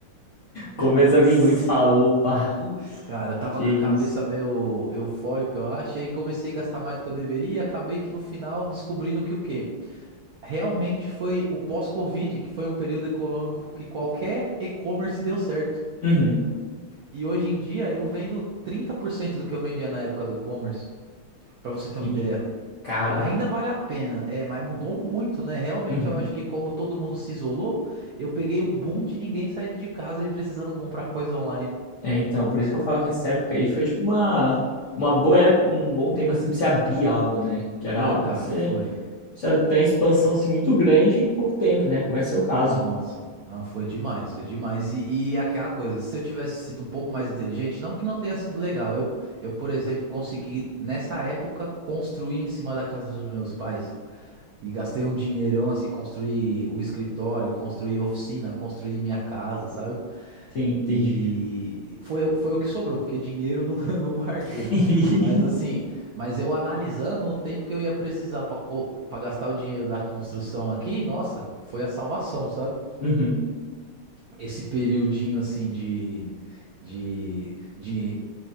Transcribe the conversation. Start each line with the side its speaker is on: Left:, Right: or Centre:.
Left: Começa
Right: <laughs>
Left: a vir muito e fala, opa,
Right: Putz, cara, eu tava
Left: que
Right: com
Left: isso.
Right: a cabeça meio eufórica, eu acho, e comecei a gastar mais do que eu deveria e acabei que no final descobrindo que o quê? Realmente foi o pós-Covid, que foi um período econômico que qualquer e-commerce deu certo.
Left: Uhum,
Right: E hoje em dia eu vendo 30% do que eu vendia na época do e-commerce. Pra você
Left: entendi.
Right: ter uma ideia.
Left: Cara.
Right: Ainda vale a pena, é, mas mudou muito, né? Realmente
Left: uhum.
Right: eu acho que como todo mundo se isolou, eu peguei um boom de ninguém saindo de casa e precisando comprar coisa online.
Left: É, então, por isso que eu falo que essa época aí foi tipo uma, uma boa, ép- um bom tempo assim pra você abrir algo, né? Que era
Right: Foi,
Left: algo
Right: cara,
Left: que você
Right: foi.
Left: precisa ter uma expansão assim muito grande em pouco tempo, né? Como é seu caso.
Right: Nossa, ah, foi demais, foi demais. E, e aquela coisa, se eu tivesse sido um pouco mais inteligente, não que não tenha sido legal, eu, eu, por exemplo, consegui nessa época construir em cima da casa dos meus pais. E gastei um dinheirão assim, construir o escritório, construir oficina, construir minha casa, sabe?
Left: Sim, entendi.
Right: E foi, o- foi o que sobrou, porque dinheiro eu não, <laughs> eu não guardei.
Left: <laughs>
Right: Mas assim, mas eu analisando o tempo que eu ia precisar para gastar o dinheiro da construção aqui, nossa, foi a salvação, sabe?
Left: Uhum.
Right: Esse periodinho assim de, de, de,